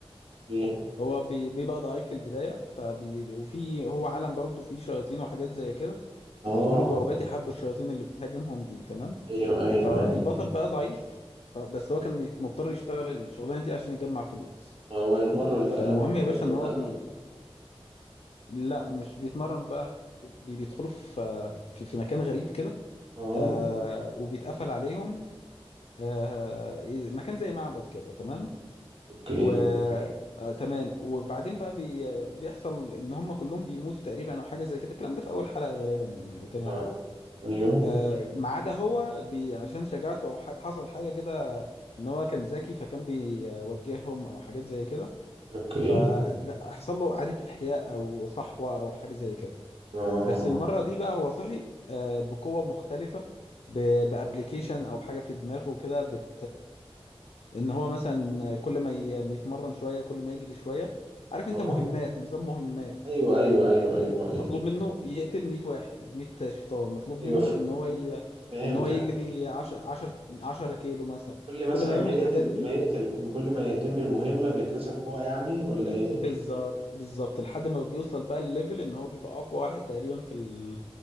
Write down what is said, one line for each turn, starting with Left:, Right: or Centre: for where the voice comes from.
Right: ايه
Left: هو بي- بيبقى ضعيف في البداية فبي بي- وفي هو عالم برضه فيه شياطين وحاجات زي كده
Right: اه
Left: وبيدخلوا بوابات يحاربوا الشياطين اللي بتهاجمهم دي تمام
Right: ايوه ايوه
Left: فالبطل
Right: ايوه
Left: بقى ضعيف فبس هو كان يت- مضطر يشتغل الشغلانة دي عشان يجمع فلوس
Right: اه وهيتمرن
Left: فالمهم
Right: بقى ويفضل
Left: يا باشا
Right: كده
Left: ان هو بي لا مش بيتمرن بقى بي بيدخلوا في في في مكان غريب كده
Right: اه
Left: آه وبيتقفل عليهم آه مكان زي معبد كده تمام
Right: اوكي
Left: و آه تمام وبعدين بقى بي... بيحصل ان هم كلهم بيموتوا تقريبا او حاجه زي كده الكلام ده في اول حلقه غالبا يعني او تاني
Right: اه
Left: حلقه
Right: ايوه
Left: آه ما عدا هو بي... عشان شجاعته او ح... حصل حاجه كده ان هو كان ذكي فكان بيوجههم او حاجات زي كده
Right: اوكي
Left: فحصل له اعاده احياء او صحوه او حاجه زي كده
Right: اه
Left: بس المره دي بقى هو صحي آه بقوه مختلفه ب... بابلكيشن او حاجه في دماغه كده بت ان هو مثلا كل ما ي- ما يتمرن شويه كل ما يجري شويه عارف
Right: اه
Left: انت مهمات نظام مهمات
Right: ايوه ايوه ايوه ايوه ايوه
Left: مطلوب منه يقتل 100 واحد 100 شيطان مطلوب
Right: ايوه
Left: منه
Right: ف-
Left: ان هو ي...
Right: فهمتك
Left: ان هو يجري 10 10 10 كيلو مثلا
Right: كل مثلا
Left: كل ما
Right: ما
Left: يعمل
Right: يقتل
Left: الحاجات دي
Right: ما يقتل كل ما يتم المهمة بيكتسب قوة يعني ولا ايه؟
Left: بالظبط بالظبط لحد ما بيوصل بقى الليفل ان هو بيبقى اقوى واحد تقريبا في ال...